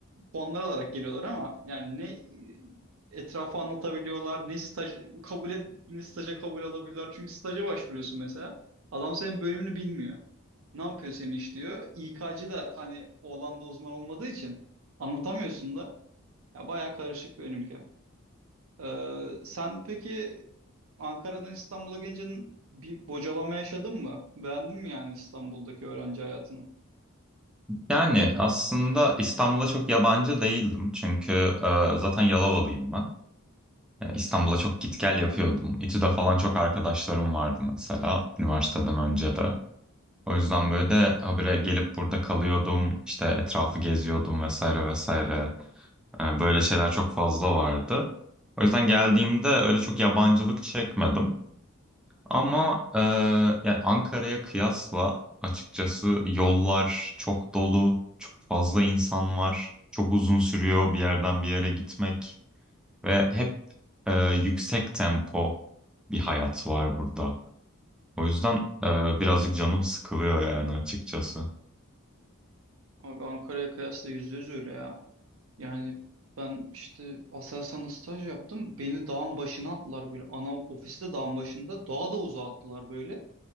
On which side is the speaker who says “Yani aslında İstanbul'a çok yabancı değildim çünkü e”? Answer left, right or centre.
Centre